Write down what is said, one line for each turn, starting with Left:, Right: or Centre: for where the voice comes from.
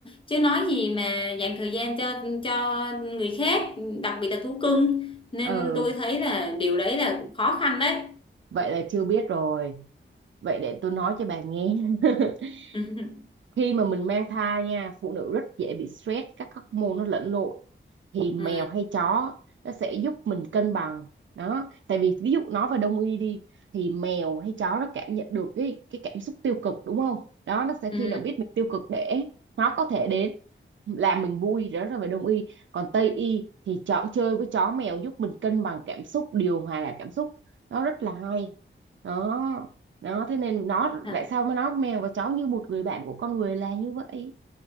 Left: chứ nói gì mà dành thời gian cho cho người khác đặc biệt là thú cưng nên
Right: ừ
Left: tôi thấy là điều đấy là cũng khó khăn đấy
Right: Vậy là chưa biết rồi. Vậy để tôi nói cho bà nghe. <laughs>
Left: <laughs>
Right: Khi mà mình mang thai nha, phụ nữ rất dễ bị stress, các hormone nó lẫn lộn. Thì mèo
Left: ừ,
Right: hay chó nó sẽ giúp mình cân bằng. Đó, tại vì ví dụ nói về đông y đi thì mèo hay chó nó cảm nhận được cái cái cảm xúc tiêu cực đúng không? Đó nó sẽ
Left: ừ,
Right: khi nào biết mình tiêu cực để nó có thể đến làm mình vui đó là về đông y. Còn tây y thì chọn chơi với chó mèo giúp mình cân bằng cảm xúc, điều hòa cảm xúc. Nó rất là hay. Đó đó thế nên nó
Left: thật-
Right: tại sao mà nó mèo và chó như một người bạn của con người là như vậy